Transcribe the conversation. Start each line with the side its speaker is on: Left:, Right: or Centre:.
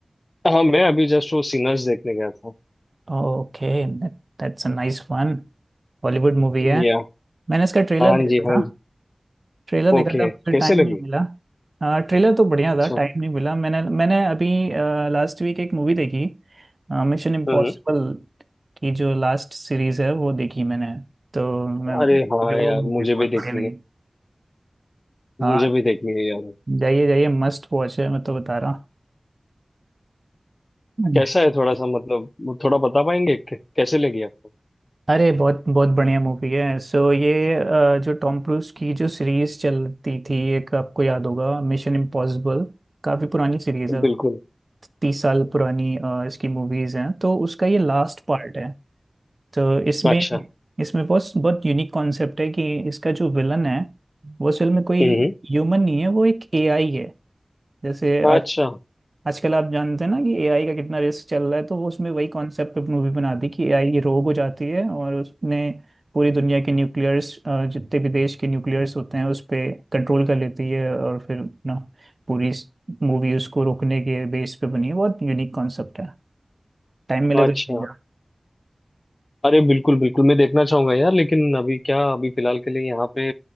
Left: हाँ मैं अभी जस्ट वो सिनर्स देखने गया था
Right: Okay that's a nice one Bollywood movie है
Left: या
Right: मैंने इसका ट्रेलर
Left: हाँ
Right: देखा
Left: जी
Right: था
Left: हाँ जी
Right: ट्रेलर देखा
Left: ओके
Right: था मुझे
Left: कैसे
Right: टाइम
Left: लगी
Right: नहीं मिला आ, ट्रेलर तो बढ़िया
Left: अच्छा
Right: था टाइम नहीं मिला मैंने मैंने अभी लास्ट वीक एक मूवी देखी मिशन इम्पॉसिबल
Left: हम्म
Right: की जो लास्ट सीरीज है वो देखी मैंने तो मैं मुझे
Left: अरे हाँ
Right: वो
Left: यार
Right: मूवी
Left: मुझे
Right: बहुत
Left: भी देखनी
Right: बढ़िया लगी
Left: है
Right: हाँ
Left: मुझे भी देखनी है यार
Right: जाइए जाइए मस्ट वॉच है मैं तो बता रहा हूँ
Left: कैसा है थोड़ा सा मतलब थोड़ा बता पाएंगे कै- कैसे लगी आपको
Right: अरे बहुत बहुत बढ़िया मूवी है सो ये अ, जो टॉम क्रूज की जो सीरीज चलती थी एक आपको याद होगा मिशन इम्पॉसिबल काफी पुरानी सीरीज है
Left: बिल्कुल
Right: तीस साल पुरानी अ, इसकी मूवीज हैं तो उसका ये लास्ट पार्ट है तो इसमें
Left: अच्छा
Right: इसमें बहुत बहुत यूनिक कॉन्सेप्ट है कि इसका जो विलन है वो असल में कोई
Left: हम्म हम्म।
Right: ह्यूमन नहीं है वो एक एआई है जैसे
Left: अच्छा
Right: आजकल आप जानते हैं ना कि एआई का कितना रिस्क चल रहा है तो वो उसमें वही कॉन्सेप्ट मूवी बना दी कि एआई रोग हो जाती है और उसने पूरी दुनिया के न्यूक्लियर्स जितने भी देश के न्यूक्लियर्स होते हैं उस पे कंट्रोल कर लेती है और फिर ना पूरी मूवी उसको रोकने के बेस पे बनी है बहुत यूनिक कॉन्सेप्ट है टाइम मिले
Left: अच्छा
Right: तो देखिएगा।
Left: अरे बिल्कुल बिल्कुल मैं देखना चाहूंगा यार लेकिन अभी क्या अभी फिलहाल के लिए यहाँ पे